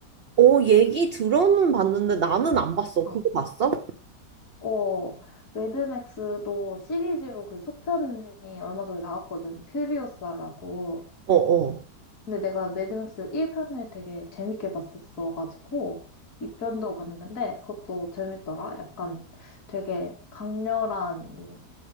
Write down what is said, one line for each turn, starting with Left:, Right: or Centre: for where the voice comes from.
Right: 어, 얘기 들어는 봤는데 나는 안 봤어.
Left: 어.
Right: 그거 봤어?
Left: 어, 매드맥스도 시리즈로 그 속편이 얼마 전에 나왔거든. 퓨리오사라고.
Right: 어, 어.
Left: 근데 내가 매드맥스 1편을 되게 재밌게 봤었어가지고, 2편도 봤는데, 그것도 재밌더라. 약간 되게 강렬한, 이